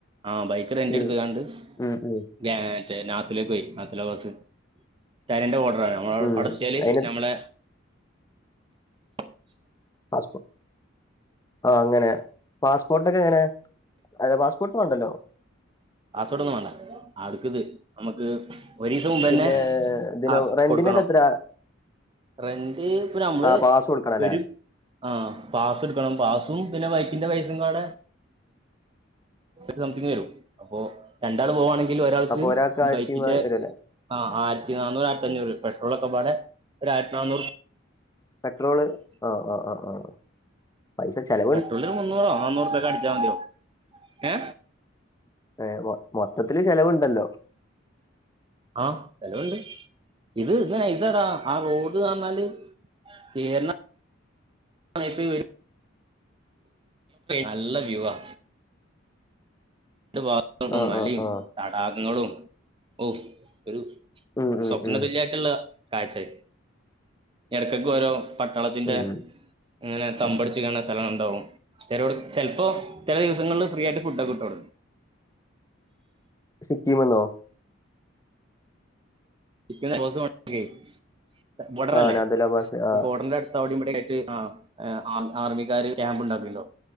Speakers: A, on the right (about 25°); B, on the left (about 15°).
A: ആഹ് ബൈക്ക് റെൻ്റ്
B: ഉം
A: എടുത്ത കാണ്ട്
B: ഉം ഉം
A: <unintelligible> നാത്തിലേക്ക് പോയി നാത്തില ബസ് <unintelligible> ഓർഡറാണ നമ്മ
B: ഉം
A: അടത്തിയാൽ
B: അയിന്
A: നമ്മളെ <inaudible>
B: പാസ്പേ ആ അങ്ങനെ പാസ്പോർട്ടൊക്കെ എങ്ങനൊ പാസ് ഉണ്ടല്ലോ
A: പാസ്പോർട്ടന്നും വേണ്ട അവ്ട്ക്കത് നമുക്ക് ഒരു ദിവസം മുമ്പ്
B: പിന്നെ
A: തന്നെ
B: ഇതിന്
A: ആ
B: റെന്റിനൊക്കെ
A: കൊടുക്കണം
B: എത്ര
A: റെൻ്റ് ഒരു അമ്പത്
B: ആ പാസ് കൊടുക്കണം അല്ലേ
A: ഒരു ആഹ പാസ് എടുക്കണം പാസും പിന്നെ ബൈക്കിന്റെ പൈസയും പാട സംതിങ് വരും അപ്പോ രണ്ടാൾ പോവാുകവാണെങ്കിൽ ഒരാൾക്ക്
B: അപ്പൊ ആയിരത്തി
A: ബൈക്കിന്റെ
B: വരൂല്ലേ
A: ആഹ് ആയിരത്തി നാന്നൂറ് ആയിരത്തി അഞ്ഞൂറ് പെട്രോളൊക്കെ പാടെ ഒരു ആയിരത്തി നാന്നൂറ്
B: പെട്രോള് ആ ആ് ആ ആ പൈസ ചല
A: പെട്രോളി ഒരു മുന്നൂറോ നാന്നൂറുപൊക്കെ അടിച്ചാൽ മതിയാവു ഏ
B: ഏ മൊത്തത്തില്ൽ ചെലവുണ്ടല്ലോ
A: ആഹ ചെലവുണ്ട് ഇത് ഇത് നൈസടാ ആ റോഡ് നന്നാല് ഏന്നാ <unintelligible> വരും നല്ല വ്യൂവാ രണ്ട് ഭാഗത്തും
B: ആ
A: മലയും
B: ആ ആ
A: തടാകങ്ങളും ഔ ഒരു
B: ഉം ഉം
A: സ്വപ്ന
B: ഉം
A: തുല്യായിട്ടുള്ള കാഴ്ചായി ഇടക്കെടക്ക് ഓരോ പട്ടാളത്തിന്റെ
B: ഉം
A: ഇങ്ങനെ തമ്പടിച്ചണ സ്ഥലം ഉണ്ടാവും ചിലോടത്ത് ചെലപ്പോ ചില ദിവസങ്ങളിൽ ഫ്രീ ആയിട്ട് ഫുഡൊക്കെ കിട്ടാവുടന്ന്
B: സിക്കീമ്ന്നോ?
A: സിക്കിം <unintelligible> ബോടറല്ലേ
B: ആ നാഥുലാ പാസ്
A: അപ്പോ
B: ആ
A: ബോടറിന്റെ അടുത്ത് അവിടേം ഇവിടേം ആയിട്ട് ആ ആർമിക്കാര് ക്യാമ്പ് ഉണ്ടാക്ക്ണ്ടാവും